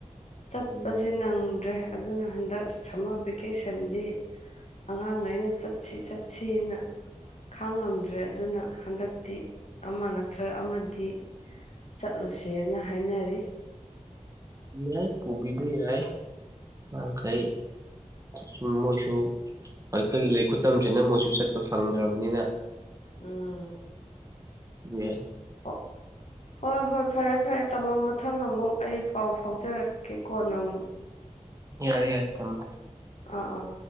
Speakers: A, on the left; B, on the right.
A: ꯆꯠꯄꯁꯦ
B: ꯎꯝ
A: ꯅꯪꯗ꯭ꯔꯦ ꯑꯗꯨꯅ ꯍꯟꯗꯛ ꯁꯝꯃꯔ ꯚꯦꯀꯦꯁꯟꯗꯤ ꯑꯉꯥꯡꯈꯩꯅ ꯆꯠꯁꯤ ꯆꯠꯁꯤꯅ ꯈꯥꯡꯉꯝꯗ꯭ꯔꯦ ꯑꯗꯨꯅ ꯍꯟꯗꯛꯇꯤ ꯑꯃ ꯅꯠꯇ꯭ꯔꯒ ꯑꯃꯗꯤ ꯆꯠꯂꯨꯁꯦꯅ ꯍꯥꯏꯅꯔꯤ
B: ꯌꯥꯏ ꯄꯨꯕꯤꯕ ꯌꯥꯏ ꯃꯥ ꯃꯈꯩ ꯁꯨꯝ ꯃꯣꯏꯁꯨ ꯍꯧꯖꯤꯛ ꯈꯨꯠꯇꯝꯁꯤꯅ ꯃꯣꯏꯁꯨ ꯆꯠꯄ ꯐꯪꯗ꯭ꯔꯕꯅꯤꯅ
A: ꯎꯝ
B: ꯌꯥꯏ
A: ꯑꯣ ꯍꯣꯏ ꯍꯣꯏ ꯐꯔꯦ ꯐꯔꯦ ꯇꯝꯃꯣ ꯃꯊꯪ ꯑꯃꯨꯛ ꯑꯩ ꯄꯥꯎ ꯐꯥꯎꯖꯔꯛꯀꯦ ꯀꯣꯟ ꯑꯃꯨꯛ
B: ꯌꯥꯔꯦ ꯌꯥꯔꯦ ꯊꯝꯃꯦ ꯊꯝꯃꯦ
A: ꯑꯥ ꯑꯥ